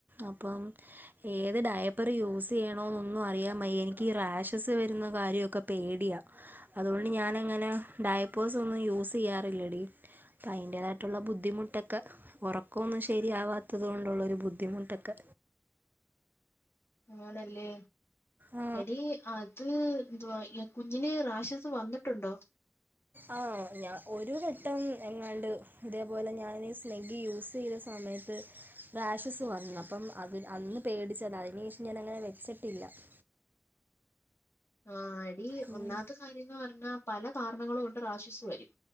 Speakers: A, on the right (about 35°); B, on the left (about 50°).
A: അപ്പം ഏത് ഡയപ്പർ യൂ യൂസെയ്യണൊ ഒന്നും അറിയാംവെയ്യ എനിക്ക് റാശസ് വരുന്ന കാര്യോക്കെ പേടിയാ അതുകൊണ്ട് ഞാ ഞാനങ്ങനെ ഡയ്പേഴ്സൊന്നും യൂസെയ്യാറില്ലടി അപോഅയിന്റെതായിട്ടുള്ള ബുദ്ധിമുട്ടൊ <unintelligible> ഒറക്കോന്നും ശരിയാവാത്തത് കൊണ്ടുള്ള ഒരു ബുദ്ധിമുട്ടൊക്കെ.
B: ആണല്ലേ,
A: ആ
B: എടി അത് എന്തുവാ ഈ കുഞ്ഞിന് റാഷസ് വന്നിട്ട് ണ്ടോ?
A: ആആഹ് ഞാൻ ഒരു, വട്ടം എങ്ങാണ്ട് ഇതേപോലെ ഞാൻീ സ്നിഗ്ഗി യൂസെയ്ത സമയത്ത് റാഷസ് വന്നപ്പം അത്, അന്ന് പേടിച്ചതാ അതിന് ശേഷം ഞാന അങ്ങനെ വെച്ചിട്ടില്ല. <inaudible>
B: ആ എടി
A: ഉം
B: ഒന്നാമത്തെ കാര്യംന്ന് പറഞ്ഞാ പല കാർണങ്ങളും കൊണ്ട് റാഷസ് വരും.